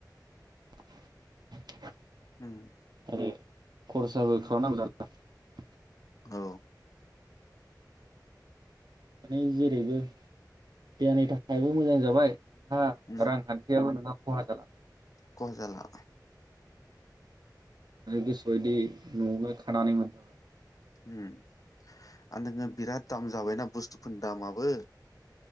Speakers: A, on the right (about 65°); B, on the left (about 50°).
A: <inaudible>
B: उम
A: आरो खरसाबो खालामनांगौजाना
B: औ
A: माने जेरैबो देहानि थाखायबो मोजां जाबाय नोंहा
B: उम
A: रांखान्थियाबो नोंहा खहा जाला
B: खहा जाला
A: आरो गोसोबायदि न'आवनो खानानै मोनजाबाय
B: उम आरो नोङो बिराद दाम जाबायना बुस्थुफोरनि दामाबो